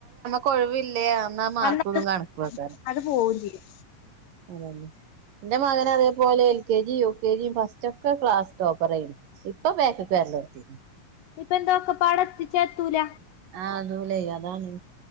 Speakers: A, on the right; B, on the left.
A: കൊഴിവില്ലേ എന്ന മാർക്കൊതും
B: അന്നത്
A: കണക്കൊയ്കാരം.
B: അത് പോവുകയും ചെയ്യും
A: അതല്ലേ? ന്റെ മകനെ അതേപോലെ എൽ കെ ജിം യു കെ ജിം ഫസ്റ്റൊക്കെ ക്ലാസ് ടോപ്പറേര്ന്നു. ഇപ്പ ബേക്ക് ക് വെ <unintelligible>
B: ഇപ്പെന്താ ഒക്കെ പ്പാടെ എത്തിച്ചാത്തൂല.
A: ആ അതോലെ അതാണ്.